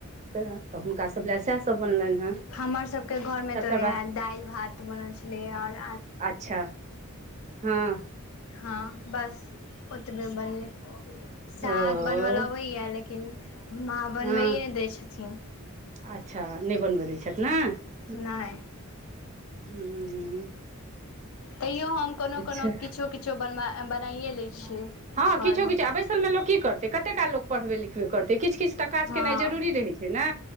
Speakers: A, on the right; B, on the left.
A: त हुनका सब लए सएह सब बनलनि। हेँ
B: हमर सबके घरमें
A: तकर
B: त वएह
A: बाद
B: दाइल भात बनल छलेय और
A: अच्छा हाँ।
B: हाँ बस ओतबे बनलै। साग
A: ओ
B: बनबै ल अबैया लेकिन माँ
A: हँ
B: बनबैए नहि दैय छथिन।
A: अच्छा नहि बनबऽ दैय छथि न।
B: नय।
A: हूँ-हूँ।
B: तैयो हम कोनो -कोनो
A: छै
B: किछो- किछो बन बनाइए लय छियै। घरमे
A: हाँ किछो किछो आ बैसलमे लोक की करतै कतेक काल लोक पढ़बे लिखबे करतै किछ-किछ त काज
B: हँ
A: केनाइ जरूरी रहै छैय ने